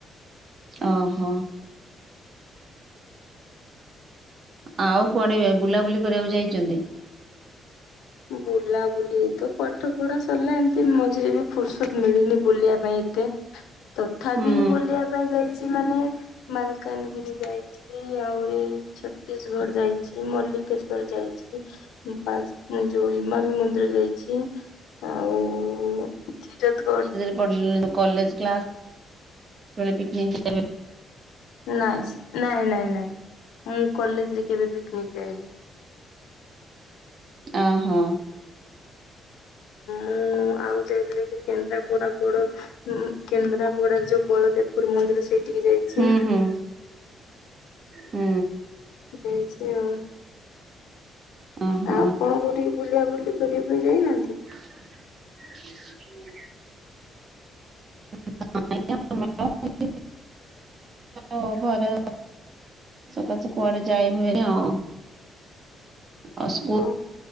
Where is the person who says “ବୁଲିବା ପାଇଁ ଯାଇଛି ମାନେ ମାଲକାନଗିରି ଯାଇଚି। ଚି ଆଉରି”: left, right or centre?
Left